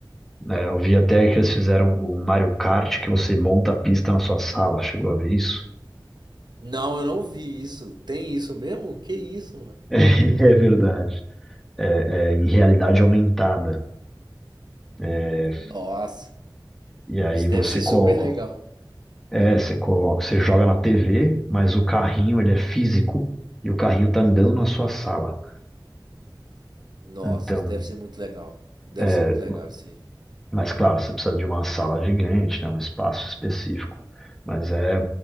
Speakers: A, in the centre; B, on the right.
A: né, eu vi até que eles fizeram o Mario Kart que você monta a pista na sua sala. Chegou a ver isso?
B: Não, eu não vi isso. Tem isso mesmo? Que isso, mano?
A: <laughs> É verdade. É, é, em realidade aumentada. É,
B: Nossa,
A: e aí
B: isso deve
A: você
B: ser
A: coloca,
B: super legal.
A: é, você coloca, você joga na TV, mas o carrinho ele é físico e o carrinho tá andando na sua sala.
B: Nossa,
A: então
B: isso deve ser muito legal. Deve
A: É,
B: ser muito legal isso aí.
A: mas claro, você precisa de uma sala gigante, né, um espaço específico. Mas é,